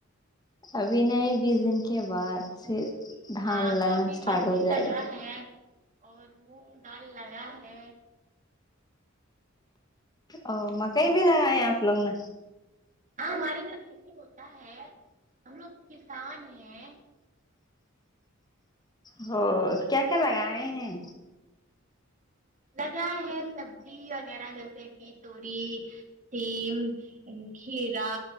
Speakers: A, on the left; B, on the right.
A: ابھی نہیں بیس دن کے بعد سے دھان
B: ہاں
A: لگنا
B: تو ابھی
A: اسٹارٹ
B: مکئی
A: ہو جائے
B: لگا
A: گا
B: ہے اور مونگ دال لگا ہے
A: او مکئی بھی لگایا ہے آپ لوگوں نے
B: ہاں ہماریے ا توھر کھیتی ہوتا ہے ہم لوگ کسان ہیں
A: ہو کیا کیا لگائے ہیں
B: لگا ہے سبزی وغیرہ جیسے کہ توری سیم کھیرا